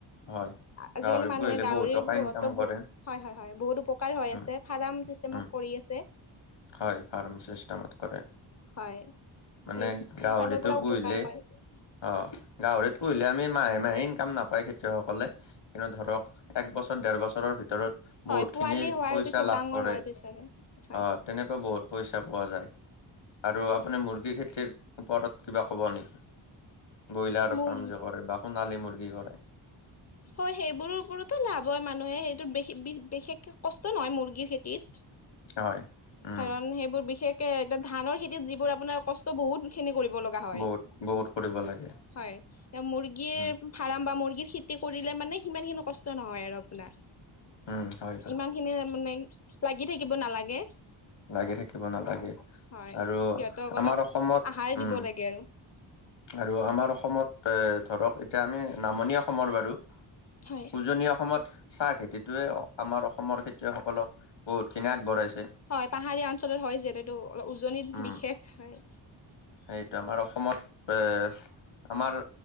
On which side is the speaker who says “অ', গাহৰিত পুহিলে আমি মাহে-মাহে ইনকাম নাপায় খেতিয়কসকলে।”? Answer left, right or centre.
Left